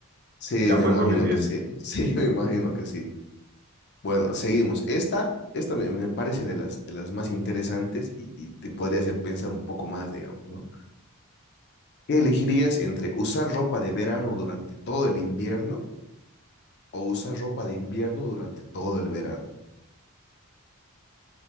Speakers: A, on the left; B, on the right.
A: Sí,
B: ya
A: me
B: fue
A: imagino
B: suficiente.
A: que sí. Sí, <laughs> me imagino que sí. Bueno, seguimos. Esta, esta me, me parece de las, de las más interesantes y, y te podría hacer pensar un poco más, digamos, ¿no? ¿Qué elegirías entre usar ropa de verano durante todo el invierno o usar ropa de invierno durante todo el verano?